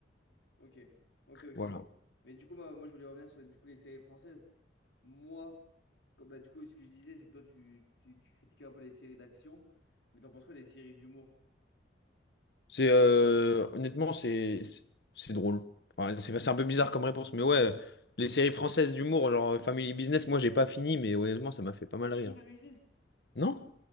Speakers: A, on the left (about 85°); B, on the left (about 60°).
A: Ok, ok, ok.
B: Voilà.
A: Mais du coup, moi, moi je voulais revenir sur du coup, les séries françaises. Moi, comme, bah, du coup, ce que je disais, c'est que toi, tu, tu, tu critiquais un peu les séries d'action, mais t'en penses quoi des séries d'humour?
B: C'est euh, honnêtement, c'est c'est c'est drôle. Enfin, c'est c'est un peu bizarre comme réponse, mais ouais, les séries françaises d'humour, genre euh, Family Business, moi, j'ai pas fini, mais honnêtement, ça m'a fait pas
A: Pas
B: mal
A: fini,
B: rire.
A: Family Business.
B: Non?